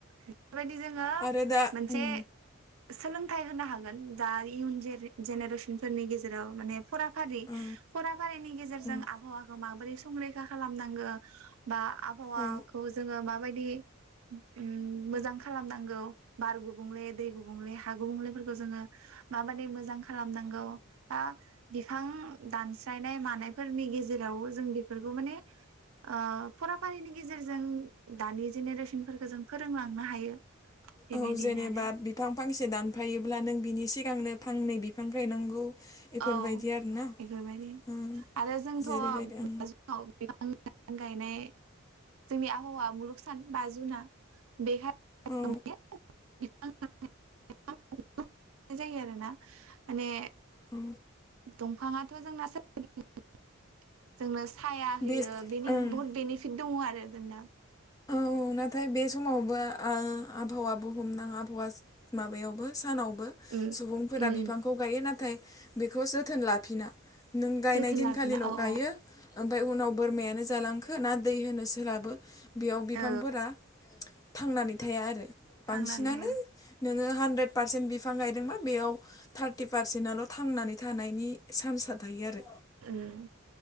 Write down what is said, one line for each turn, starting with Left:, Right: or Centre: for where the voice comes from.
Right: बेबायदि जोङो
Left: आरो दा
Right: मोनसे
Left: उम
Right: सोलोंथाइ होनो हागोन दा इयुन जेनेरेसनफोरनि गेजेराव माने फुरा फारि
Left: औ
Right: फरा फारिनि गेजेरजों
Left: उम
Right: आबहावाखौ माबोरै संरैखा खालामनांगो बा आबहावाखौ
Left: औ
Right: जोङो माबायदि उम्म मोजां खालामनांगौ बार गुबुंले दै गुबुंले हा गुबुंलेफोरखौ जोङो माबादि मोजां खालामनांगौ बा बिफां दानस्रायनाय मानायफोरनि गेजेराव यावबो जों बेफोरखौ माने ओ फुराफारिनि गेजेरजों दानि जेनेरेसन फोरख गोजों फोरोंलांनो हायो। बेबायदिनो
Left: औ जेनेबा
Right: आरो
Left: बिफां फांसे दानफायोब्ला नों बिनि सिगांनो फांनै बिफां गायनांगौ। इफोरबायदि
Right: औ
Left: आरोना
Right: इफोरबायदि
Left: ओं
Right: आरो जोंथ'
Left: जेरैबायदि ओं
Right: <unintelligible> <unintelligible> गायनाय जोंनि आबहावा मुलुग सान बा जुनआ बे <unintelligible> <unintelligible>
Left: औ
Right: जायो आरो ना माने
Left: औ
Right: दंफाङाथ' जोंना <unintelligible> जोंनो साया होयो
Left: बे
Right: बेनि
Left: ओं
Right: बहुत बेनिफिट दङ आरो जोंना।
Left: औ नाथाय बे समावबो ओ आबहावा बुहमनां आबहावा माबायावबो सानावबो
Right: उम
Left: सुबुंफोरा
Right: उम
Left: बिफांखौ गायो नाथाय बेखौ जोथोन लाफिना। नों गायनाय
Right: जोथोन
Left: दिनखालिल'
Right: लाफिना औ
Left: गायो।
Right: औ
Left: ओमफाय उनाव बोरमायानो जालांखो ना दै होनो सोलाबो बेयाव बिफांफोरा
Right: औ
Left: थांनानै थाया आरो बांसिनानो
Right: थांनानै थाया
Left: नोङो हानद्रेद पारसेन्ट बिफां गायदोंबा बेयाव थारटि पारसेन्टआल'' थांनानै थानायनि सान्स आ थायो आरो।
Right: उम